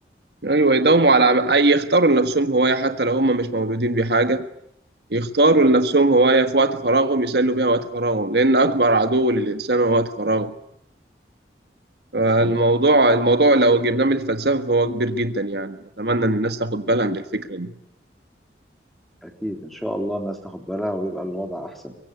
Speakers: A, on the right (about 65°); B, in the centre.
A: أيوة. يداوموا على عم- أي يختاروا لنفسهم هواية حتى لو هم مش مولودين بحاجة يختاروا لنفسهم هواية في وقت فراغهم يسلوا بيها وقت فراغهم لأن أكبر عدو للإنسان هو وقت فراغه فالموضوع
B: مظبوط
A: الموضوع لو جبناه من الفلسفة فهو كبير جدا يعني نتمنى إن الناس تاخد بالها من الفكرة دي
B: اكيد ان شاء الله الناس تاخد بالها ويبقى الوضع احسن